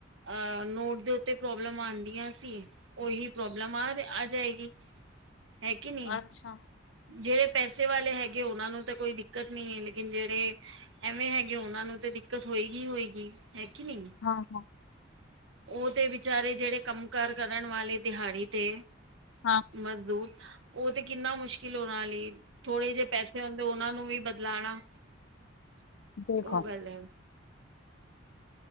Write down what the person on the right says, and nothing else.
ਅਹ ਨੋਟ ਦੇ ਉੱਤੇ ਪ੍ਰੋਬਲਮ ਆਦੀ ਹੈ। ਸੀ ਉਹੀ ਪ੍ਰੋਬਲਮ ਆ ਆ ਜਾਏਗੀ। ਹੈ ਕਿ ਨਹੀਂ
ਜਿਹੜੇ ਪੈਸੇ ਵਾਲੇ ਹੈਗੇ ਉਹਨਾਂ ਨੂੰ ਤਾਂ ਕੋਈ ਦਿੱਕਤ ਨਹੀਂ ਹੈ ਲੇਕਿਨ ਜਿਹੜੇ ਐਵੇਂ ਹੈਗੇ ਉਹਨਾਂ ਨੂੰ ਤਾਂ ਦਿੱਕਤ ਹੋਏਗੀ ਹੋਏਗੀ ਹੈਗੀ ਨਹੀਂ,
ਉਹ ਤੇ ਵਿਚਾਰੇ ਜਿਹੜੇ ਕੰਮ ਕਾਰ ਕਰਨ ਵਾਲੇ ਦਿਹਾੜੀ ਤੇ,
ਮਜ਼ਦੂਰ, ਉਹ ਤੇ ਕਿੰਨਾ ਮੁਸ਼ਕਿਲ ਉਹਨਾਂ ਲਈ ਥੋੜੇ ਜਿਹੇ ਪੈਸੇ ਹੁੰਦੇ ਉਹਨਾਂ ਨੂੰ ਵੀ ਬਦਲਾਣਾ।
ਉਹ ਗੱਲ ਹੈ,